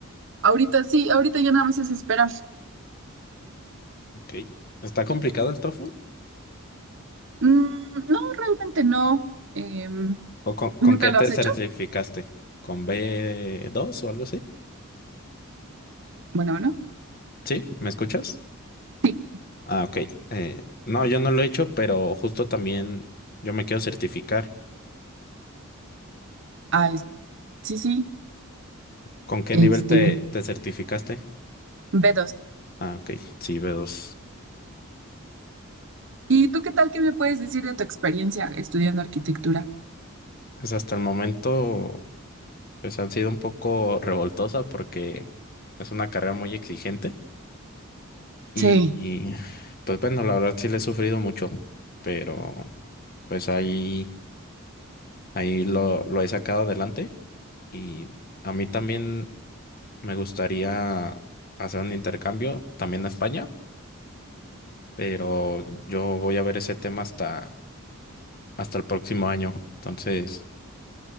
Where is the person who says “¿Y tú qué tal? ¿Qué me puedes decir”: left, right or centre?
Right